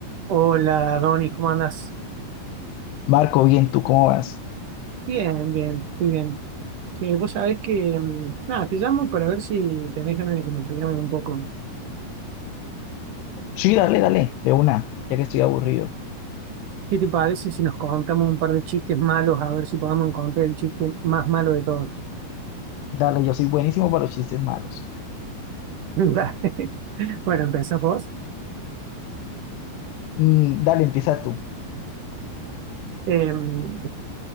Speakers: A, on the right; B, on the left.
A: Hola, Donny, ¿cómo andas?
B: Marco, bien, ¿tú cómo vas?
A: Bien, bien, estoy bien. Eh, vos sabés que, mm, nada, te llamo para ver si tenés ganas de que nos peleemos un poco.
B: Sí, dale, dale, de una, ya que estoy aburrido.
A: ¿Qué te parece si nos contamos un par de chistes malos, a ver si podemos encontrar el chiste más malo de todos?
B: Dale, yo soy buenísimo para los chistes malos.
A: <laughs> Dale. Bueno, empezás vos.
B: Mm, dale, empieza tú.
A: Eh, va